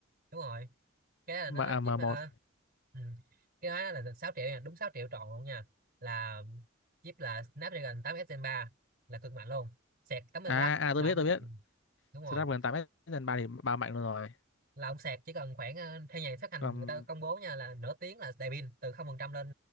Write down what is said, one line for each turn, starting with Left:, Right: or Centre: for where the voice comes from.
Right: đúng rồi cái đó là nó
Left: M
Right: nó chip
Left: m
Right: ờ,
Left: một
Right: ừ. cái đó là 6 triệu nha đúng 6 triệu trọn luôn nha là chip là Snapdragon 8 Gen ba là cực mạnh luôn sạc tám mươi
Left: à
Right: w
Left: à tôi
Right: là
Left: biết
Right: ông
Left: tôi biết
Right: ừ, đúng rồi
Left: Snapdragon 8S Gen ba thì ba mạnh luôn rồi
Right: là ông sạc chỉ cần khoảng ờ, theo nhà phát hành
Left: còn
Right: người ta công bố nha là nửa tiếng là đầy pin từ không phần trăm lên